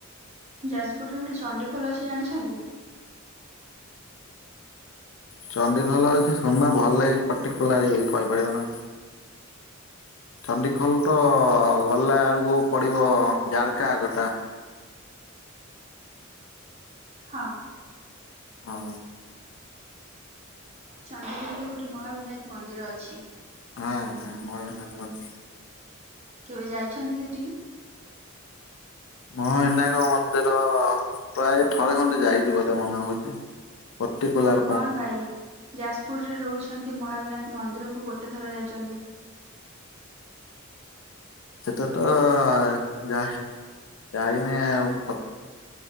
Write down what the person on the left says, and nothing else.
ଚଣ୍ଡଡିଖୋଲ ଅଛି <unintelligible> ପର୍ଟିକୁଲାର କହିପାରିବିନି। ଚଣ୍ଡିଖୋଲ୍ ତ ଗଲା ବେଳୁକୁ ପଡିବ ଜାର୍କା ଆ।
ହୁଁ।
<inaudible>
ମହାବିନାୟକ ମନ୍ଦିର ପ୍ରାୟ ଥରେ ଖଣ୍ଡେ ଯାଇଛି ବୋଧେ ମନେ ହଉଚି। ପଟିକୁଲାର୍
ସେଟା ତ ଯା ଯାଇନି ଆଉ